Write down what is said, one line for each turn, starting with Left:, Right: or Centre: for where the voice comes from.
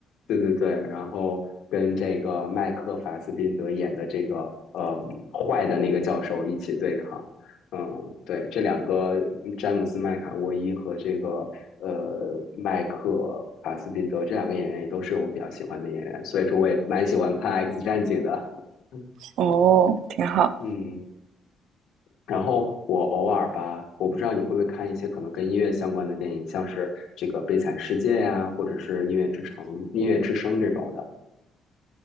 Left: 对对对，然后跟这个麦克法斯宾德演的这个呃坏的那个教授一起对抗。嗯，对，这两个詹姆斯麦卡沃伊和这个呃麦克法斯宾德这两个演员也都是我比较喜欢的演员，所以说我也蛮喜欢看《X 战警》的。<laughs>
Right: 哦，挺好。
Left: 嗯，然后我偶尔吧，我不知道你会不会看一些可能跟音乐相关的电影，像是这个《悲惨世界》呀，或者是《音乐之城》《音乐之声》这种的。